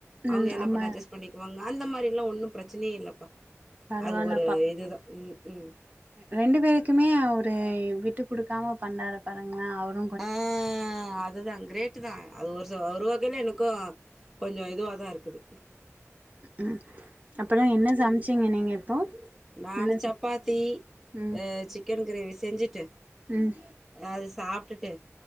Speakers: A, on the right (about 30°); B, in the centre.
A: ம்
B: அவுங்க என்ன
A: ஆமா
B: பண்ணா அட்ஜஸ்ட் பண்ணிகுவாங்க அந்த மாரில்லா ஒன்னு பிரச்சனயே இல்லப்பா
A: பரவால்ல
B: த இது தா ம் ம்
A: ரெண்டு பேருக்குமே அவுரு விட்டு குடுக்காம பண்றாரு பாருங்ளே அவுரு
B: ஆ அத‌ தா கிரே ட்டுதா அது ஒரு ச ஒரு வகைல எனக்கு கொஞ்சோ இதுவாதாருக்குது
A: ம் அப்பறோ என்ன சமச்சீங்க நீங்க இப்போ
B: நானு
A: என்ன
B: சப்பாத்தி
A: சமச்சீங்க ம்
B: ஆ சிக்கன் கிரேவி செஞ்சிட்டு
A: ம்
B: அது சாப்ட்டுட்டு